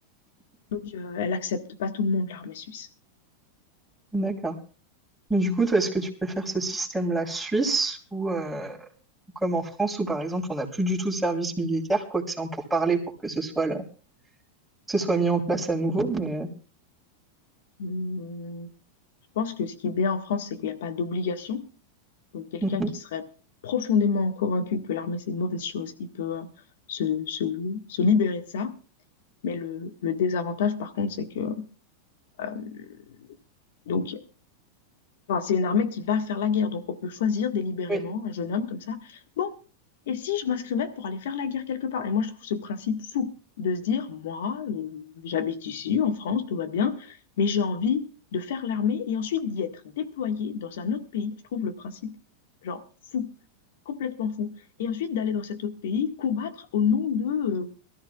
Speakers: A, on the left (about 70°); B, in the centre.
A: Donc, euh, elle accepte pas tout le monde, l'armée suisse.
B: d'accord. Mais du coup, toi, est-ce que tu préfères ce système-là suisse ou... euh, comme en France où par exemple on n'a plus du tout de service militaire, quoique c'est en pourparlers pour que ce soit, le- que ce soit mis en place à nouveau. Mais euh,
A: Hum, je pense que ce qui est bien en France, c'est qu'il n'y a pas d'obligation. Donc, quelqu'un
B: mhm,
A: qui serait profondément convaincu que l'armée, c'est une mauvaise chose, il peut euh, se, se, se libérer de ça. Mais le, le désavantage, par contre, c'est que euh, donc Enfin, c'est une armée qui va faire la guerre, donc on peut choisir délibérément
B: oui,
A: un jeune homme comme ça. Bon, et si je m'inscrivais pour aller faire la guerre quelque part? Et moi, je trouve ce principe fou de se dire, moi, euh, j'habite ici, en France, tout va bien, mais j'ai envie de faire l'armée et ensuite d'y être déployé dans un autre pays. Je trouve le principe, genre, fou, complètement fou. Et ensuite d'aller dans cet autre pays, combattre au nom de... euh,